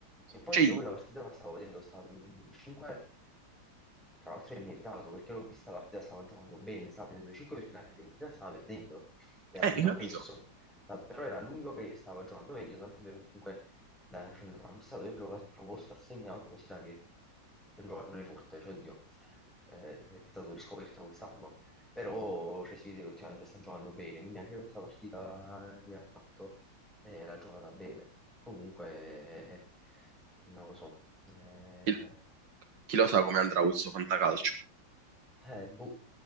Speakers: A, in the centre; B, on the right (about 65°).
A: E poi
B: Cioè,
A: io
B: eh,
A: quella partita la stavo vedendo, stava prendendo un 5, tra l'altro è meritato perché l'ho vista la partita, stava giocando bene, stava prendendo 5 perché la Fiorentina stava perdendo e alla
B: hai
A: fine ha
B: capito?
A: perso, ma però era l'unico che stava giocando meglio, tanto è vero che comunque da centrocampista dove gioca si è proposto, ha segnato, così sa che è un giocatore forte, cioè oddio, eh, è stato riscoperto quest'anno, però cioè, si vede che ultimamente sta giocando bene, quindi anche questa partita che ha fatto e l'ha giocata bene. Comunque, eh, non lo so, eh,
B: Il- Chi lo sa come andrà questo fantacalcio?
A: eh, boh,